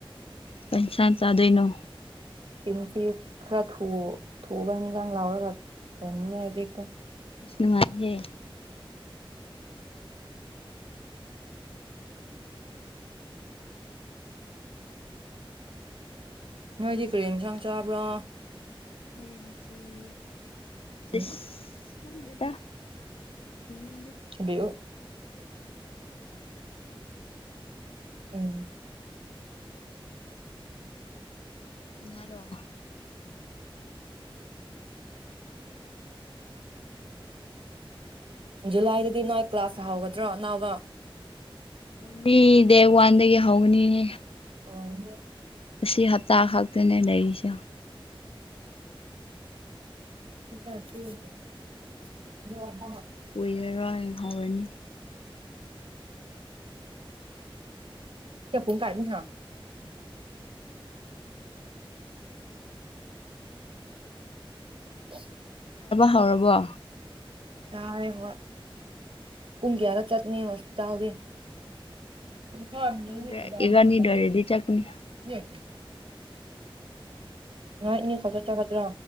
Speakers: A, on the left (about 80°); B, on the right (about 65°).
A: ꯄꯩꯁꯥ ꯆꯥꯗꯣꯏꯅꯣ
B: ꯇꯤꯟꯐꯤꯁ ꯈꯔ ꯊꯨ ꯊꯨꯎꯕꯖꯥꯡ ꯂꯧꯔꯒ ꯐꯅꯤ ꯍꯧꯖꯤꯛ
A: ꯅꯨꯡꯉꯥꯏꯌꯦ
B: ꯅꯣꯏꯗꯤ ꯀꯔꯤ ꯌꯦꯟꯁꯥꯡ ꯆꯥꯕ꯭ꯔꯥ
A: ꯑꯩꯈꯣꯏ ꯉ
B: ꯎꯝ
A: ꯈꯪꯗꯗꯃꯤꯗꯦ
B: ꯊꯤꯟꯕꯤꯌꯨ ꯎꯝ
A: ꯀꯅꯥꯔ‌ꯣ
B: ꯖꯨꯂꯥꯏꯗꯗꯤ ꯅꯣꯏ ꯀ꯭ꯂꯥꯁ ꯍꯥꯎꯒꯗ꯭ꯔꯣ ꯑꯅꯧꯕ
A: ꯗꯤ ꯗꯦꯠ ꯋꯥꯟꯗꯒꯤ ꯍꯧꯒꯅꯤꯌꯦ
B: ꯑꯣ
A: ꯑꯁꯤ ꯍꯞꯇꯥ ꯈꯛꯇꯅꯦ ꯂꯩꯔꯤꯁꯦ
B: <unintelligible>
A: ꯀꯨꯏꯔꯔꯣꯏ ꯍꯧꯔꯅꯤ
B: ꯆꯄꯨꯡ ꯀꯥꯅꯤ ꯍꯥ <inaudible>
A: ꯊꯥꯎꯔꯕꯣ
B: ꯌꯥꯥꯔꯦ ꯍ ꯄꯨꯡ ꯀꯌꯥꯗ ꯆꯠꯅꯤ ꯍꯣꯁꯄꯤꯇꯥꯗꯤ ꯔꯅꯗ
A: ꯈꯪꯗ꯭ꯔꯦ ꯏꯕꯥꯅꯤ
B: ꯃꯗꯥ
A: ꯂꯣꯏꯔꯗꯤ ꯆꯠꯀꯅꯤ
B: ꯌꯦ ꯅꯣꯏ ꯑꯅꯤ ꯈꯠꯇ ꯆꯠꯀꯇ꯭ꯔꯥ